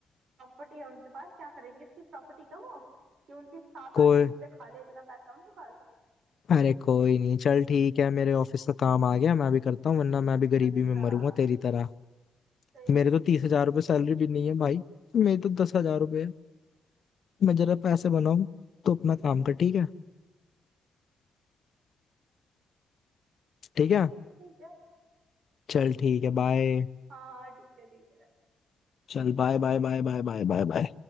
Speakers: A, on the right; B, on the left.
A: प्रॉपर्टी है उनके पास क्या करेंगे इतनी प्रॉपर्टी का वो कि उनकी सात
B: कोई
A: आठ पुश्ते खा ले इतना पैसा उनके पास
B: अरे कोई नहीं चल ठीक है मेरे ऑफिस का काम आ गया मैं भी करता हूँ वरना मैं भी गरीबी
A: अच्छा
B: में मरूंगा तेरी तरह
A: सही
B: मेरे तो तीस हजार रुपये सैलरी भी नहीं है भाई मेरी तो दस हजार रुपये है मैं जरा पैसे बनाऊं तो अपना काम कर ठीक है
A: ठीक
B: ठीक है
A: है ठीक है ठीक है
B: चल ठीक है बाय
A: हाँ ठीक है ठीक है
B: चल bye
A: बाय
B: bye bye bye bye bye bye